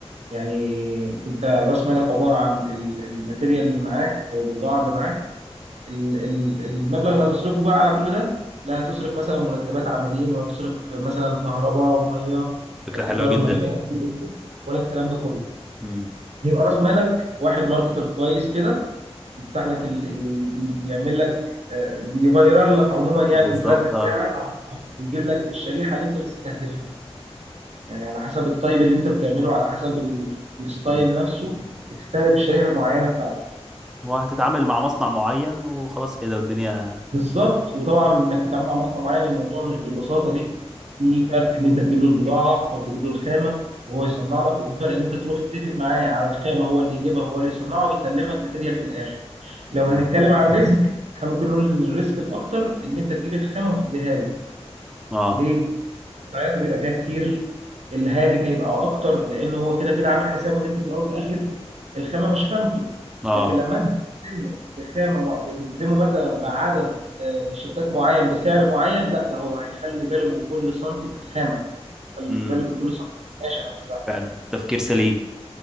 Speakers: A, on the right; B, in the centre.
A: يعني انت راس مالك عباره عن ال- الماتيريال اللي معاك او البضاعه اللي معاك ال- ال- المبلغ اللي هتصرفه بقى على كل ده لا هتصرف مثلا مرتبات عاملين ولا تصرف مثلا كهرباء ميه
B: فكره
A: ايجار
B: حلوه جدا
A: مكان ولا الكلام ده كله
B: امم
A: يبقى راس مالك واحد ماركتر كويس كده يفتح لك ال... ي- يعمل لك آه، يفيرال لك عموما يعني
B: بالظبط
A: البراند بتاعك
B: اه
A: ويجيب لك الشريحه اللي انت بتستهدفها يعني على حسب الطيب اللي انت بتعمله على حسب ال- الستايل
B: امم
A: نفسه بتستهدف الشريحه المعينه بتاعته
B: هو هتتعامل مع مصنع معين وخلاص كده والدنيا
A: بالظبط وطبعا انك تتعامل مع مصنع معين الموضوع مش بالبساطه دي في فرق ان انت تجيب له البضاعه او تجيب له الخامه وهو يصنع لك وفي فرق ان انت تروح تتفق معاه على الخامه هو اللي يجيبها هو اللي يصنعها ويسلمك ماتيريال في الاخر لو هنتكلم
B: امم
A: عن الريسك احنا ممكن نقول ان الريسك الاكتر ان انت تجيب الخامه وتديها له
B: اه
A: ليه؟ قطعياته بيبقى فيها كتير الهالك هيبقى اكتر لانه هو كده كده عامل حسابه ان انت في الاول والاخر الخامه مش خامته
B: اه
A: لكن لما انت بتلزمه بخامه مع- بتلزمه مثلا بعدد آه، تيشيرتات معين بسعر معين لا ده هو هيخلي باله من كل سنتي في الخامه يخلي
B: امم
A: باله من كل سنتي في القماشه نفسها
B: فعلا تفكير سليم